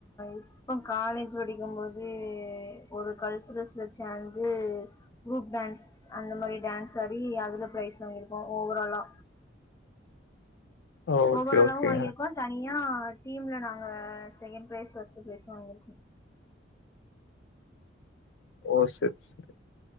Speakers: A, on the left; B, on the left.
A: இப்ப காலேஜ் படிக்கும் போது ஒரு கல்ச்சுரல்ஸ்ல சேந்து குரூப் டான்ஸ் அந்த மாரி டான்ஸ் ஆடி அதுல ப்ரைஸ் வாங்கிருக்கோ ஓவராலா
B: ஓ ஓகே
A: ஓவராலவு
B: ஓகே
A: வாங்கிருக்கோ தனியா டீம்ல நாங்க செகண்ட் ப்ரைஸ் ஃபர்ஸ்ட் ப்ரைஸ் வாங்கிருக்கோ
B: ஓ சரி சரி